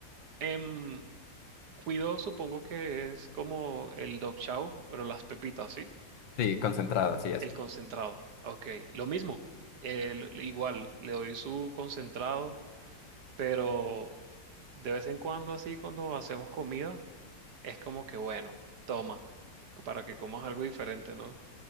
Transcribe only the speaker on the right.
em, cuido, supongo que es como el dog chow, pero las pepitas, ¿sí?
El concentrado. Ok, lo mismo. eh, lo- igual, le doy su concentrado, pero De vez en cuando, así, cuando hacemos comida, es como que, bueno, toma, para que comas algo diferente, ¿no?